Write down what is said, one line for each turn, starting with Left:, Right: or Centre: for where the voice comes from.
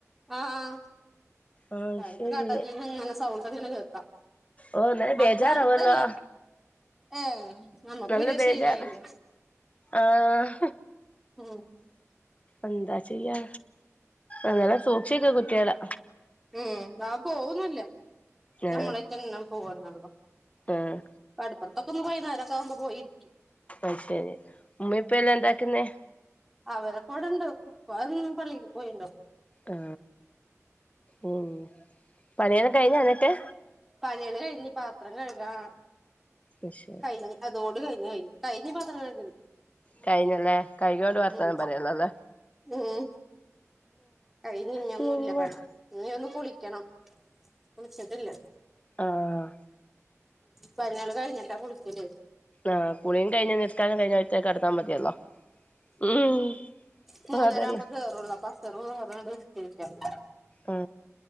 Centre: ആ
Left: ആഹ്
Centre: ഞങ്ങക്ക്
Left: ശരി
Centre: കടലിന്ന് ഇങ്ങനെ സൗണ്ടൊക്കെ കേക്കാം
Left: ഓ നല്ല ബേജാറാവല്ലോ
Centre: അത്ര അടുത്തല്ല ഏഹ് നമ്മുക്ക്
Left: നല്ല
Centre: പിന്നെ
Left: ബേജാർ
Centre: ശീലായില്ലേ
Left: ആഹ്
Centre: ഉം
Left: എന്താ ചെയ്യാ അങ്ങനെ സൂക്ഷിക്ക കുട്ടികളെ
Centre: ഉം ആ പോവോന്നും ഇല്ല നമ്മളെക്കെ
Left: ആഹ്
Centre: <unintelligible> പോവനള്ളോ
Left: ആഹ്
Centre: കടുപ്പുറത്തൊക്കെ ഒന്ന് പോയി വൈകുന്നേരമൊക്കെ ആവുമ്പോ പോയിരിക്കാം
Left: അയ്ശരി ഉമ്മ ഇപ്പ എല്ലാം എന്താക്കുന്നെ
Centre: അവരൊക്കെ ഇവട് ണ്ട് ഉപ്പ ഇന്ന് പള്ളിക ക്ക് പൊയ്ട്ടു ണ്ട്.
Left: ആ, മ് പണിയൊക്കെ കഴിഞ്ഞോ എന്നിട്ട്?
Centre: പണികള് കഴിഞ്ഞ് പാത്രം കഴുകാ
Left: അത് ശരി
Centre: കഴിഞ്ഞ് അതോട് കഴിഞ്ഞുകഴിഞ്ഞ് കഴിഞ്ഞ് പാത്രം കഴുകല്.
Left: കഴിഞ്ഞലേ കഴിഞ്ഞോണ്ട് വർത്താനം
Centre: ഉം
Left: പറയാല്ലോ അല്ലേ
Centre: ഉം കഴിഞ്ഞ് ഇനി
Left: പിന്നെ
Centre: ഒന്നുല്ല പണി ഇനി ഒന്ന് കുളിക്കണം കുളിച്ചട്ടില്ല.
Left: ആഹ്
Centre: പണികള് കഴിഞ്ഞട്ടാ കുളിക്കൽ
Left: ആകുളിയും കഴിഞ്ഞ നിസ്കാരം കഴിഞ്ഞ ഒറ്റ കിടത്തം മതിയല്ലോ. ഉം
Centre: മൂന്നേര
Left: അതന്നെ
Centre: ആകുമ്പോ കേറൂ ള്ളൂ അപ്പ അസറും, ളുഹു ർ നിസ്കരിച്ചാണ്ട്.
Left: ആ,